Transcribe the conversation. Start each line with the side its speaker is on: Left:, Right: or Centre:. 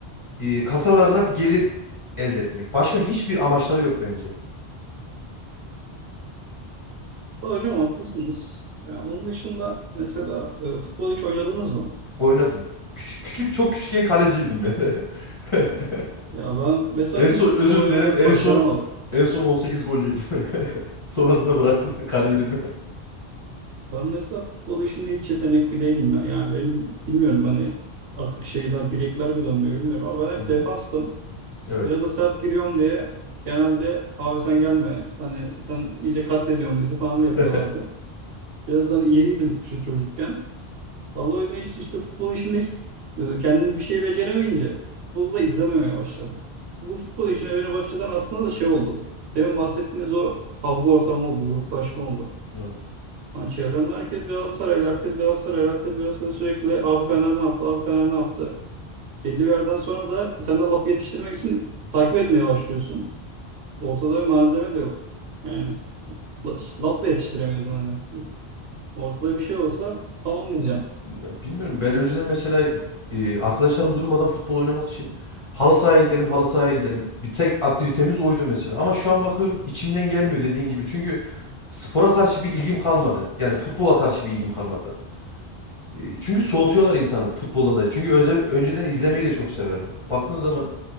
Left: e, kasalarına bir gelir elde etmek. Başka hiçbir amaçları yok bence.
Right: Vallahi hocam haklısınız. Ya onun dışında mesela e, futbol hiç oynadınız mı?
Left: Oynadım. Küçük küçük çok küçükken kaleciydim yani. <laughs>
Right: Ya ben mesela
Left: En
Right: hiç
Left: son
Right: futbol
Left: özür
Right: oynamayı
Left: dilerim. En
Right: başaramadım.
Left: son en son 18 gol yedim. <laughs> Sonrasında bıraktım kariyerimi.
Right: Ben mesela futbol işinde hiç yetenekli değilim ya. Yani benim bilmiyorum hani artık şeyler bilekler mi dönmüyor bilmiyorum ama ben
Left: Hı
Right: hep
Left: hı.
Right: defanstım.
Left: Evet.
Right: Biraz da sert giriyorum diye genelde abi sen gelme hani sen iyice katlediyorsun bizi falan
Left: <laughs>
Right: yapıyorlardı. Birazdan iriydim şu çocukken. Vallahi o yüzden işte, işte futbol işinde hiç, e, kendim bir şey beceremeyince futbolu da izlememeye başladım. Bu futbol işine beni başlatan aslında da şey oldu. Demin bahsettiğiniz o kavga ortamı oldu, gruplaşma oldu.
Left: Evet.
Right: Hani çevremde herkes Galatasaraylı, herkes Galatasaraylı, herkes Galatasaray sürekli abi Fener ne yaptı, abi Fener ne yaptı. Belli bir yerden sonra da sen de lafı yetiştirmek için takip etmeye başlıyorsun. Ortada bir malzeme de yok. Yani la- işte laf da yetiştiremiyorsun hani. Ortada bir şey olsa tamam diyeceğim.
Left: Ya Bilmiyorum. Ben önceden mesela e, arkadaşlarım durmadan futbol oynamak için halı sahaya gidelim, halı sahaya gidelim. Bir tek aktivitemiz oydu mesela. Ama şu an bakıyorum içimden gelmiyor dediğin gibi. Çünkü spora karşı bir ilgim kalmadı. Yani futbola karşı bir ilgim kalmadı. E, Çünkü soğutuyorlar insanı futboldan da. Çünkü önce, önceden izlemeyi de çok severdim. Baktığın zaman